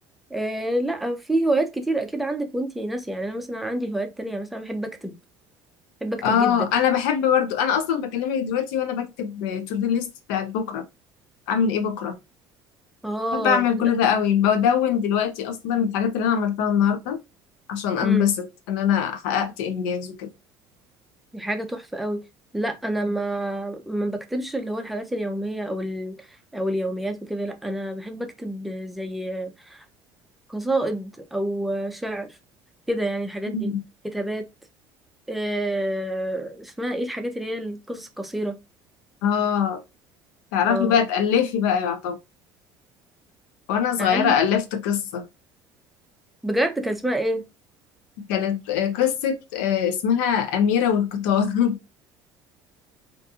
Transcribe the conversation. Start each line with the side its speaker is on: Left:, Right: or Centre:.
Centre: آه لا في هوايات كتير اكيد عندك وانتي ناسية يعني انا مثلا عندي هوايات تانية يعني مثلا بحب اكتب بحب اكتب
Left: اه
Centre: جدا
Left: انا بحب برضو انا اصلا بكلمك دلوقتي وانا بكتب تو دو ليست بتاعت بكره اعمل ايه بكره
Centre: اه
Left: بحب اعمل كل ده قوي بدون دلوقتي اصلا الحاجات اللي انا عملتها النهارده عشان انبسط
Centre: لا
Left: ان انا حققت انجاز وكده
Centre: دي حاجة تحفة قوي لا انا ما ما بكتبش اللي هو الحاجات اليومية او ال... او اليوميات وكده لا انا بحب اكتب زي قصائد او شعر كده يعني الحاجات دي
Left: مم.
Centre: كتابات آه... اسمها ايه الحاجات اللي هي القصص القصيرة
Left: اه تعرفي
Centre: اه
Left: بقى تألفي بقى يعتبر وأنا صغيرة
Centre: اقل
Left: ألفت قصة
Centre: بجد كان اسمها ايه
Left: كانت آه، قصة آه، اسمها أميرة والقطار <laughs>